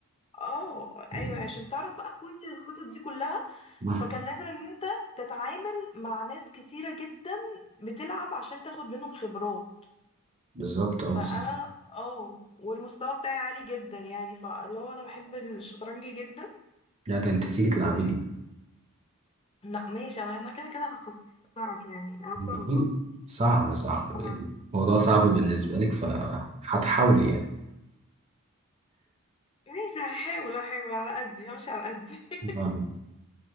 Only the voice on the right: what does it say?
مم.
آه،
بالظبط أه
بالظبط.
لا ده أنت تيجي تلعبي
مهم.
صعب صعب
يعني الموضوع صعب بالنسبة لك فهتحاول يعني
آه.